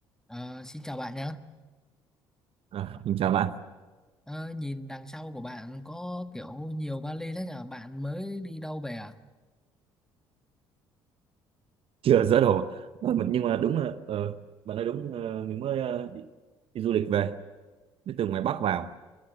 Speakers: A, in the centre; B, on the right.
A: Ờ, xin chào bạn nhé.
B: À, mình chào bạn
A: Ờ, nhìn đằng sau của bạn có kiểu nhiều vali thế nhờ. Bạn mới đi đâu về à?
B: chưa dỡ đồ Ờ, mà- nhưng mà đúng là ờ, bạn nói đúng ờ, mình mới ờ, đi, đi du lịch về đi từ ngoài Bắc vào